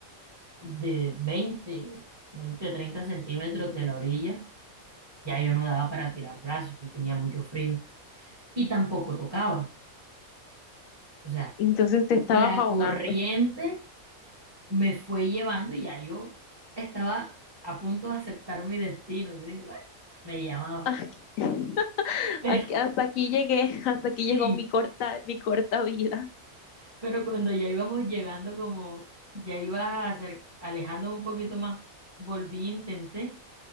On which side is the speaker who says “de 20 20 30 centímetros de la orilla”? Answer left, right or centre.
Right